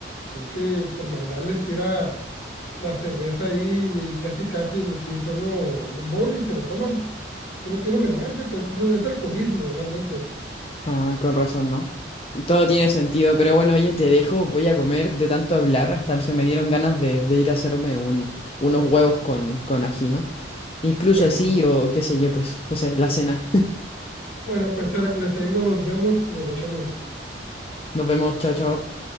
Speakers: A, on the left; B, on the left.
A: gente por maldad les tira la cerveza ahí y casi, casi en el piso, no, en un bol y se la toman. Que no tienen vergüenza, pues es, es alcoholismo realmente, o sea.
B: Ah, con razón, ¿no? Todo tiene sentido, pero bueno, oye, te dejo, voy a comer de tanto hablar, hasta se me dieron ganas de, de ir a hacerme un, unos huevos con, con ají, ¿no? Incluso
A: Bueno,
B: así o qué sé yo, pues, no sé, la cena.
A: bueno, pues Heracles, ahí nos vemos, nos guachamos después.
B: Nos vemos, chao, chao.